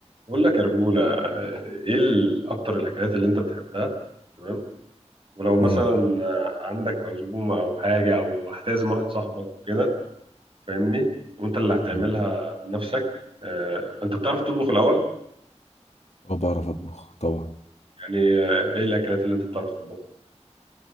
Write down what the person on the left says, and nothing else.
امم
أمم.
اه بعرف اطبخ طبعا